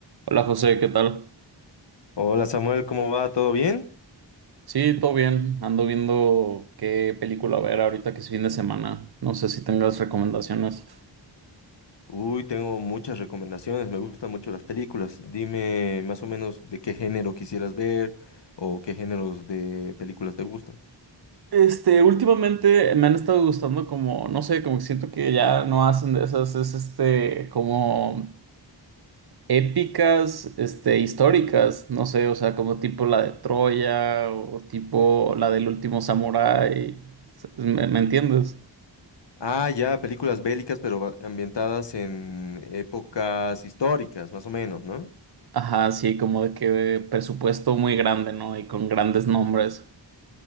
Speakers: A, on the right; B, on the left.
A: Hola José, ¿qué tal?
B: Hola Samuel, ¿cómo va? ¿Todo bien?
A: Sí, todo bien. Ando viendo qué película ver ahorita que es fin de semana. No sé si tengas recomendaciones.
B: Uy, tengo muchas recomendaciones, me gustan mucho las películas. Dime más o menos de qué género quisieras ver o qué géneros de películas te gustan.
A: Este, últimamente me han estado gustando como, no sé, como que siento que ya no hacen de esas, es este, como épicas, este, históricas, no sé, o sea, como tipo la de Troya o tipo la del último samurái. ¿Me, me entiendes?
B: Ah, ya, películas bélicas, pero ba- ambientadas en épocas históricas, más o menos, ¿no?
A: Ajá, sí, como de que presupuesto muy grande, ¿no? Y con grandes nombres.